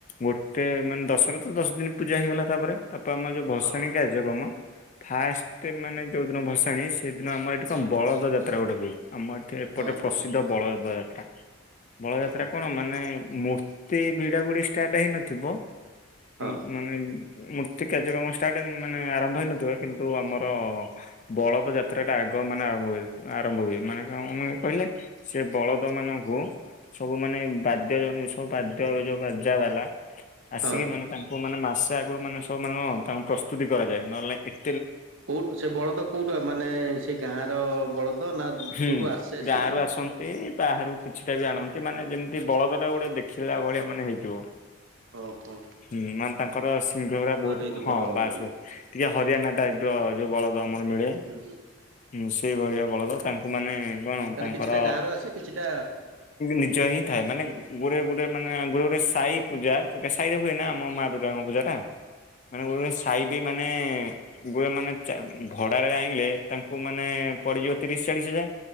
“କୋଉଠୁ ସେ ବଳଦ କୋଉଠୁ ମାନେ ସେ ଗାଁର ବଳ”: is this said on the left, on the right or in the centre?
Right